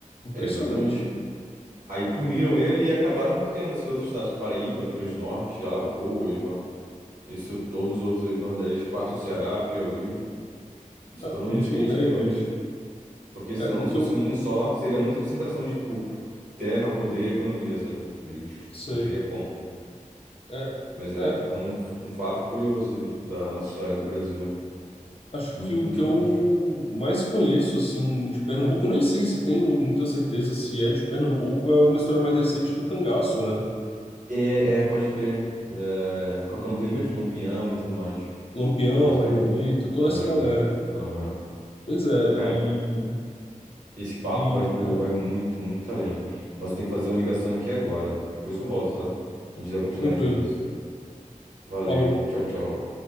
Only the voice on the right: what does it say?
é exatamente. Aí puniram ele e acabaram criando esses outros estados, Paraíba, Rio Grande do Norte, Alagoas, mano. Isso, todos os outros aí do Nordeste, parte do Ceará, Piauí, e se
tornou
isso
que a gente
tem hoje.
Porque senão,
se fosse
um só, seria muita concentração de, tipo, terra, poder e economia, sabe? Daí
não teria como.
Mas é,
é um, um fato curioso aí da nossa história do Brasil.
Muito,
muito
forte.
É, é, pode crer. É, qual que é o nome dele mesmo? Lampião e tudo mais.
É, exatamente.
Maria
Bonita. Aham.
Cara,
E esse papo
vai, tipo,
vai muito, muito além. Mas eu tenho que fazer uma ligação aqui agora. Depois eu volto, tá? A gente dá continuidade
nisso. Valeu.
Tchau, tchau.